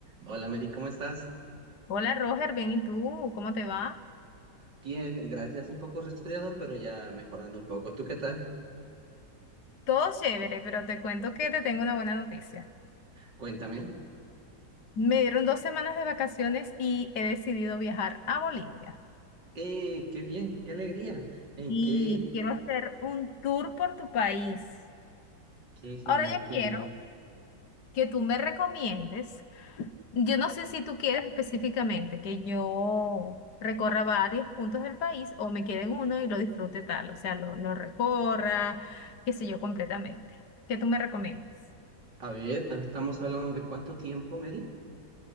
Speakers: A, on the right (about 80°); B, on the left (about 70°).
A: Hola Mary, ¿cómo estás?
B: Hola Roger, bien, ¿y tú? ¿Cómo te va?
A: Bien, gracias. Un poco resfriado, pero ya mejorando un poco. ¿Tú qué tal?
B: Todo chévere, pero te cuento que te tengo una buena noticia.
A: Cuéntame.
B: Me dieron dos semanas de vacaciones y he decidido viajar a Bolivia.
A: ¡Eh, qué bien! ¡Qué alegría! Eh,
B: Y
A: qué,
B: quiero hacer un tour por tu país.
A: qué genial!
B: Ahora yo
A: ¡Qué
B: quiero
A: linda!
B: que tú me recomiendes. Yo no sé si tú quieres específicamente que yo recorra varios puntos del país o me quede en uno y lo disfrute tal, o sea, lo, lo recorra, qué sé yo, completamente. ¿Qué tú me recomiendas?
A: A ver, estamos hablando de cuánto tiempo, Mary.